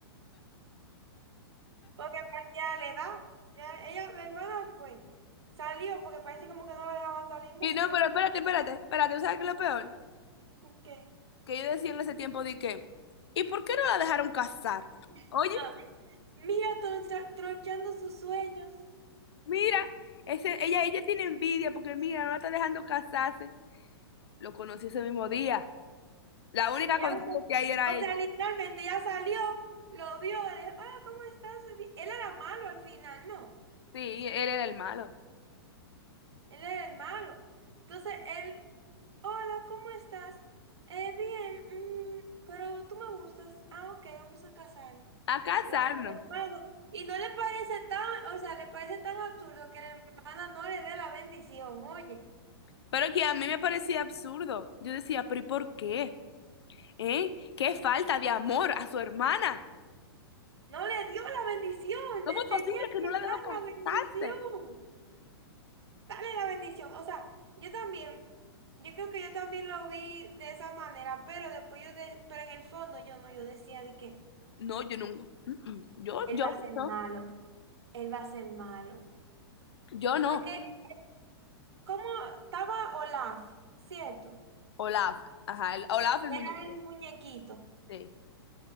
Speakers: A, on the right; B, on the left.
A: porque ya le da, ya ella, la hermana fue, salió porque parece como que no la dejaban salir mucho,
B: Y no, pero espérate, espérate, espérate, ¿sabes qué es lo peor?
A: que
B: Que yo decía en ese tiempo de que, ¿y por qué no la dejaron casar?
A: <laughs>
B: Oye.
A: mira troncha- tronchando sus sueños.
B: Mira, ese, ella, ella tiene envidia porque mira, no la está dejando casarse. Lo conocí ese mismo día. La única
A: Ella
B: consigo
A: me com-
B: que hay era
A: O
B: ella.
A: sea, literalmente ya salió, lo vio, le dijo, hola, ¿cómo estás? Bi-". Él era malo al final, no,
B: Sí, él era el malo.
A: él era el malo. Entonces él, hola, ¿cómo estás? "Eh, bien, mm, pero tú me gustas. Ah, ok, vamos a casarnos.
B: A casarnos.
A: Y vamos con la hermana. Y no le parece tan, o sea, le parece tan absurdo que la hermana no le dé la bendición, oye.
B: Pero que a mí me parecía absurdo. Yo decía, pero ¿y por qué? ¿Eh? ¿Qué falta de amor a su hermana?
A: No le dio la bendición,
B: ¿Cómo
A: le
B: es
A: tenía
B: posible que
A: que
B: no la dejó
A: dar
B: casarse?
A: la bendición. Dale la bendición. O sea, yo también, yo creo que yo también lo vi de esa manera, pero después yo, de, pero en el fondo yo no, yo decía de que
B: No, yo nunca. mm, mm. Yo,
A: él
B: yo,
A: va a ser
B: no.
A: malo, él va a ser malo.
B: Yo no.
A: Porque como estaba Olaf, ¿cierto?
B: Olaf. Ajá, el, Olaf el muñeco.
A: Era el muñequito.
B: Sí.